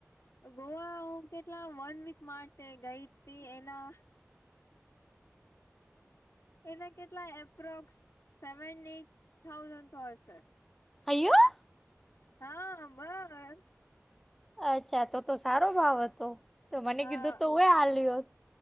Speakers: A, on the left; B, in the centre.
A: ગોવા હું કેટલા વન વીક માટે ગઈ તી એનાં એના કેટલા એપ્રોક્સ સેવન એઈટ થાઉઝન્ડ તો હશે.
B: અયયો!
A: હા બસ.
B: અચ્છા તો તો સારો ભાવ હતો તો મને
A: હા
B: કીધું તોય હાલ્યુ હોત.